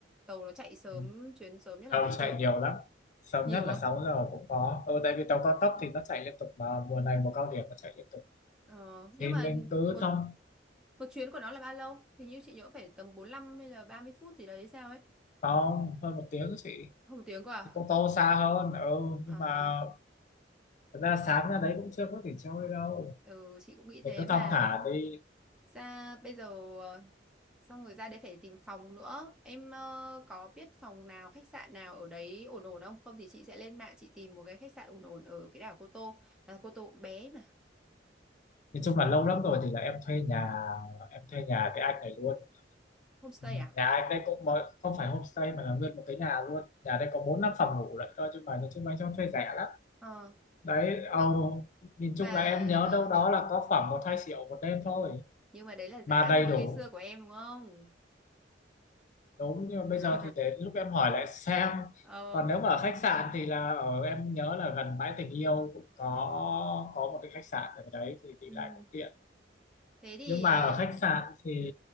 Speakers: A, in the centre; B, on the left (about 40°).
A: tàu nó chạy sớm
B: Ừ.
A: chuyến sớm nhất là
B: tàu
A: mấy
B: chạy
A: giờ
B: nhiều lắm sớm
A: nhiều
B: nhất
A: không
B: là 6 giờ cũng có ừ tại vì tàu cao tốc thì nó chạy liên tục mà mùa này mùa cao điểm nó chạy liên tục
A: ờ, nhưng
B: thì
A: mà
B: mình cứ
A: một
B: thông
A: một chuyến của nó là bao lâu hình như chị nhớ phải tầm 45 hay là 30 phút gì đấy hay sao ấy
B: không hơn một tiếng chị
A: không một tiếng cơ à,
B: Cô Tô xa hơn ừ
A: à
B: nhưng mà thật ra sáng ra đấy cũng chưa có gì chơi đâu
A: ừ, chị cũng nghĩ thế
B: mình cứ
A: mà
B: thong thả đi
A: ra bây giờ ờ, xong rồi ra đấy phải tìm phòng nữa em ờ, có biết phòng nào khách sạn nào ở đấy ổn ổn không không thì chị sẽ lên mạng chị tìm một cái khách sạn ổn ổn ở cái đảo Cô Tô à, Cô Tô cũng bé mà
B: nói chung là lâu lắm rồi thì là em thuê nhà em thuê nhà cái anh này luôn
A: homestay
B: Ừ,
A: à
B: nhà anh đây cũng mới không phải homestay mà là nguyên một cái nhà luôn nhà đây có bốn năm phòng ngủ lại thôi chứ mà nói chung là anh cho thuê rẻ lắm
A: ờ
B: đấy ồ nhìn
A: mà
B: chung là em nhớ
A: ờ,
B: đâu đó là có khoảng một hai triệu một đêm thôi
A: nhưng mà đấy là giá
B: mà đầy
A: hồi
B: đủ
A: ngày xưa của em đúng không
B: đúng nhưng mà bây
A: <laughs>
B: giờ thì đến lúc em hỏi lại xem
A: ờ
B: còn nếu mà ở khách sạn thì là ở em nhớ là gần bãi tình yêu cũng có có một cái khách sạn ở đấy thì đi
A: ừ.
B: lại cũng tiện
A: thế thì
B: nhưng mà
A: ờ,
B: ở khách sạn thì
A: ừ,